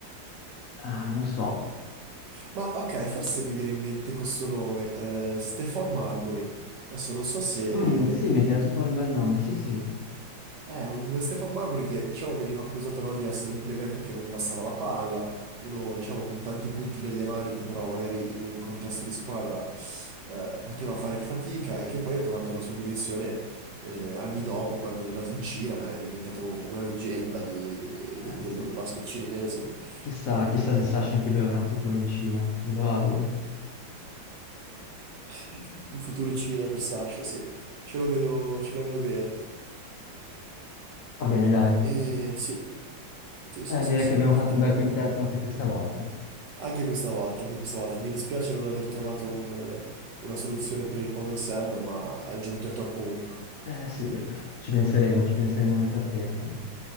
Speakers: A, on the left (about 70°); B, on the right (about 70°).
A: Ah, non so.
B: Ma ok, forse mi viene in mente questo nome, eh, Stefan Marbury. Adesso non so se
A: Mm, sì, mi ha tirato fuori un bel nome, sì, sì.
B: Eh, un Stefan Marbury che, diciamo, veniva accusato, no, di essere un playmaker che non passava la palla, uno, diciamo, con tanti punti nelle mani che però magari in un contesto di squadra eh, poteva fare fatica e che poi ha trovato la sua dimensione eh, anni dopo, quando è nato in Cina, è diventato una leggenda di-
A: Eh,
B: de- del
A: sì.
B: basket cinese.
A: Chissà,
B: Eh,
A: chissà se Sasha anche lui avrà un futuro in Cina, glielo auguro.
B: il futuro in Cina per Sasha, sì, ce lo vedo, ce lo vedo bene.
A: Va bene, dai.
B: E sì, sì, sì,
A: Eh,
B: sì,
A: direi
B: sì,
A: che abbiamo
B: ottimo,
A: fatto un bel quintetto anche questa volta.
B: Anche questa volta, anche questa volta. Mi dispiace non aver trovato un- una soluzione per il povero Sam, ma è un giocatore troppo unico.
A: Eh sì, ci penseremo, ci penseremo nel frattempo.